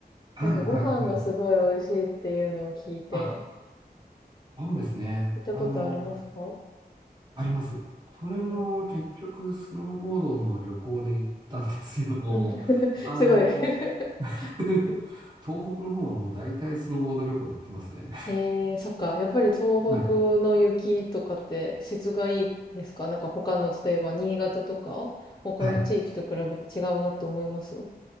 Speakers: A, on the right; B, on the left.
A: はい、
B: なんかご飯がすごい美味しいっていうのを聞いて、
A: はい、はい。あそうですね。
B: 行ったことありますか
A: あの、あります。それも結局、
B: でも
A: スノーボードの旅行で行ったんですけども、
B: うん。<laughs>
A: あの、
B: すごい。<laughs>
A: <laughs> 東北の方はもう大体スノーボード旅行で行ってますね。
B: えー、そっか。やっぱり東北の雪とかって質がいいですかなんか他の、
A: <laughs> はい。
B: 例えば新潟とか、他の地域と比べて違うなって思いますうん
A: はい。